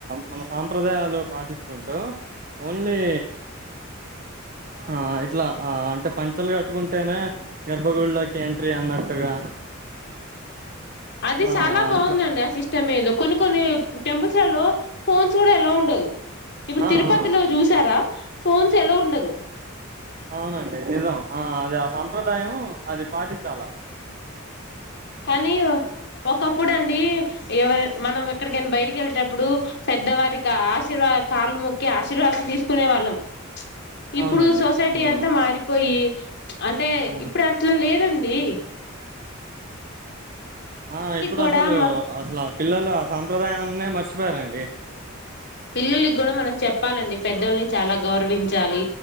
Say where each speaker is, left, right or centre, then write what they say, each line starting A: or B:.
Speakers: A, on the right; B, on the left.
A: మన సాంప్రదాయాలు పాటించుకుంటూ ఓన్లీ ఆ ఇట్లా ఆ అంటె పంచలు కట్టుకుంటేనే గర్భగుళ్ళోకి ఎంట్రీ అన్నట్టుగా
B: అది
A: ఆ
B: చాలా బావుందండి
A: అట్లా
B: ఆ సిస్టమ్ ఏదో కొన్ని కొన్ని టెంపుల్స్ లలో ఫోన్స్ కూడా ఎలవ్ ఉం ఉండదు ఇప్పుడు
A: ఆ
B: తిరుపతిలో
A: ఆ
B: చూసారా ఫోన్స్ ఎలవ్ ఉండదు.
A: ఔనండి నిజం ఆ అది ఆ సంప్రదాయం అది పాటిచ్చాల.
B: కానీ ఒ ఒకప్పుడండి ఎవరు మనం ఎక్కడికైనా బయటికి వెళ్లేటప్పుడు పెద్దవారికా ఆశీర్వాద్ కాలు మొక్కి ఆ శీర్వాదం తీసుకునే వాళ్ళం ఇప్పుడు
A: అవునండి
B: సొసైటీ
A: ఉమ్
B: అంతా మారిపోయి అంటే
A: ఉమ్
B: ఇప్పుడట్ల లేదం ఈ
A: ఆ ఇప్పుడు
B: కూడా
A: అసలు
B: మా
A: అసల పిల్లలు ఆ సాంప్రదాయాన్నే మర్చిపోయారండి.
B: పిల్లలకి గూడా మనం చెప్ ప్పాలండి పెద్దల్ని చాలా గౌరవించాలి.